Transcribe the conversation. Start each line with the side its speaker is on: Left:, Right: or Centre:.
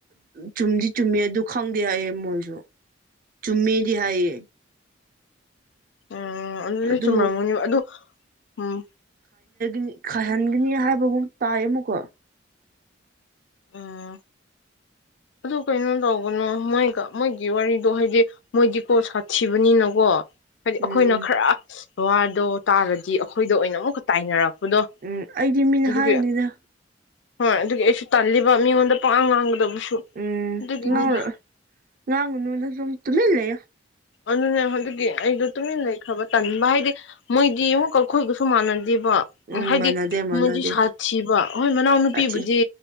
Right: ꯆꯨꯝꯗꯤ ꯆꯨꯝꯃꯦ ꯑꯗꯨ ꯈꯪꯗꯦ ꯍꯥꯏꯌꯦ ꯑꯃꯨꯛ ꯖ ꯆꯨꯝꯃꯤ ꯍꯥꯏꯏꯌꯦ
Left: ꯎꯝ ꯑꯗꯨꯗ
Right: ꯑꯗꯨ
Left: ꯆꯨꯝꯔꯝꯒꯅꯦꯕ ꯑꯗꯨ ꯎꯝ
Right: ꯅꯤ ꯈꯥꯏꯍꯟꯒꯅꯤ ꯍꯥꯏꯕꯒꯨꯝ ꯇꯥꯏꯌꯦ ꯑꯃꯨꯛꯀꯣ
Left: ꯑꯥ ꯑꯗꯨ ꯀꯩꯅꯣ ꯇꯧꯕꯅꯣ ꯃꯣꯏꯒ ꯃꯣꯏꯒꯤ ꯋꯥꯔꯤꯗꯣ ꯍꯥꯏꯗꯤ ꯃꯣꯏꯗꯤꯀꯣ ꯁꯥꯊꯤꯕꯅꯤꯅꯀꯣ ꯍꯥꯏꯗꯤ
Right: ꯎꯝ
Left: ꯑꯩꯈꯣꯏꯅ ꯈꯔ ꯋꯥꯗꯣ ꯇꯥꯔꯗꯤ ꯑꯩꯈꯣꯏꯗ ꯑꯣꯏꯅ ꯑꯃꯨꯛꯀ ꯇꯥꯏꯅꯔꯛꯄꯗꯣ
Right: ꯎꯝ ꯑꯩꯗꯤ ꯃꯤꯅ
Left: ꯑꯗꯨꯒꯤ
Right: ꯍꯥꯏꯕꯅꯤꯗ
Left: ꯍꯣꯏ ꯑꯗꯨꯒꯤ ꯑꯩꯁꯨ ꯇꯜꯂꯤꯕ ꯃꯤꯉꯣꯟꯗ ꯄꯥꯛ ꯉꯥꯡꯒꯗꯕꯁꯨ
Right: ꯎꯝ
Left: ꯑꯗꯨꯒꯤꯅꯤꯗ
Right: ꯉ ꯂꯥꯡꯒꯅꯅ ꯇꯃꯤꯂꯦ
Left: ꯑꯗꯨꯅꯦ ꯑꯗꯨꯒꯤ ꯑꯩꯗꯣ ꯇꯨꯃꯤꯟ ꯂꯩꯈ꯭ꯔꯕ ꯇꯟꯕ ꯍꯥꯏꯗꯤ ꯃꯣꯏꯗꯤ ꯑꯃꯨꯛꯀ ꯑꯩꯈꯣꯏꯒꯁꯨ ꯃꯥꯟꯅꯗꯦ ꯕ
Right: ꯎꯝ
Left: ꯍꯥꯏꯗꯤ
Right: ꯃꯥꯟꯅꯗꯦ ꯃꯥꯟꯅꯗꯦ
Left: ꯃꯣꯏꯗꯤ ꯁꯥꯊꯤꯕ ꯍꯣꯏ ꯃꯅꯥꯎꯅꯨꯄꯤꯕꯨꯗꯤ
Right: ꯁꯥꯊꯤ